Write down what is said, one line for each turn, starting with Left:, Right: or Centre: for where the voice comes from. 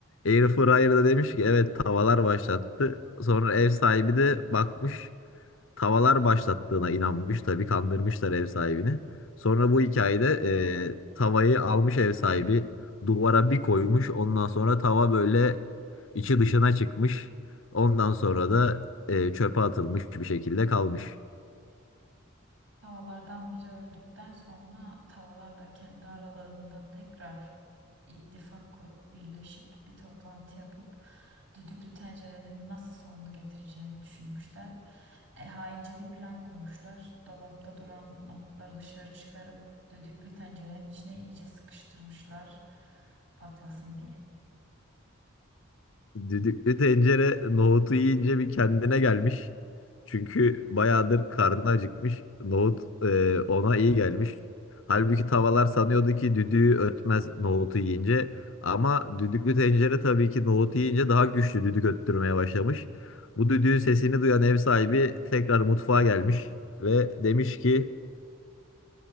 Left: Air Fryer'da demiş ki evet tavalar başlattı. Sonra ev sahibi de bakmış tavalar başlattığına inanmış. Tabii kandırmışlar ev sahibini. Sonra bu hikayede e, tavayı almış ev sahibi duvara bir koymuş. Ondan sonra tava böyle içi dışına çıkmış. Ondan sonra da e, çöpe atılmış bir şekilde kalmış.
Right: Tavalardan biri öldükten sonra tavalar da kendi aralarında tekrar ittifak kurup birleşip bir toplantı yapıp düdüklü tencerenin nasıl sonunu getireceğini düşünmüşler. E, haince bir plan kurmuşlar. Dolapta duran nohutları dışarı çıkarıp düdüklü tencerenin içine iyice sıkıştırmışlar patlasın diye.
Left: Düdüklü tencere nohutu yiyince bir kendine gelmiş. Çünkü bayağıdır karnı acıkmış. Nohut e, ona iyi gelmiş. Halbuki tavalar sanıyordu ki düdüğü ötmez nohutu yiyince. Ama düdüklü tencere tabii ki nohutu yiyince daha güçlü düdük öttürmeye başlamış. Bu düdüğün sesini duyan ev sahibi tekrar mutfağa gelmiş ve demiş ki